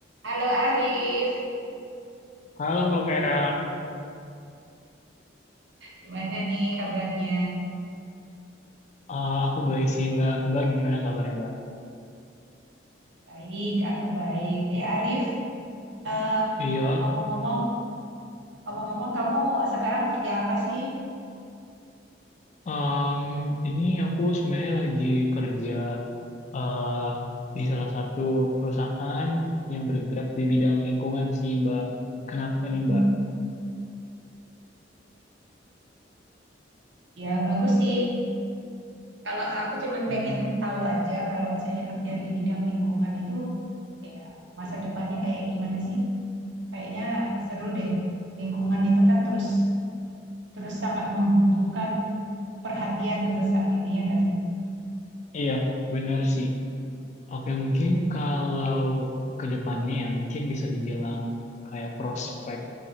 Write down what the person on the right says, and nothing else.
Halo Arif,
gimana nih kabarnya?
Baik, aku baik. Eh Arif, eh,
ngomong-ngomong, ngomong-ngomong, kamu sekarang kerja apa sih?
Hmm,
ya bagus sih. Kalau aku cuman
pengen tahu aja, kalau misalnya kerja di bidang lingkungan itu, ya masa depannya kayak gimana sih? Kayaknya seru deh. Lingkungan itu kan terus terus sangat membutuhkan perhatian untuk saat ini ya nggak sih?